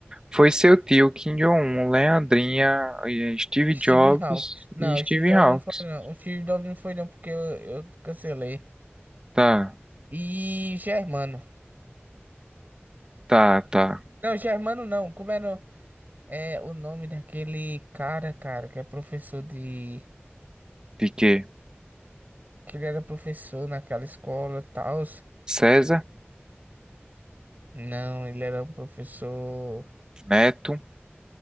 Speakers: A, on the right; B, on the right.
A: foi seu tio, Kim Jong-un, Leandrinha, eh, Steve
B: Steve
A: Jobs
B: Hawkes. Não,
A: e Steve
B: o Steve Jobs
A: Hawkes.
B: não foi, não. O Steve Jobs não foi, não, porque eu eu cancelei.
A: Tá,
B: E Germano.
A: tá, tá.
B: Não, Germano não. Como era é, o nome daquele cara, cara, que é professor de.
A: De quê?
B: Que ele era professor naquela escola e tal.
A: César?
B: Não, ele era um professor.
A: Neto.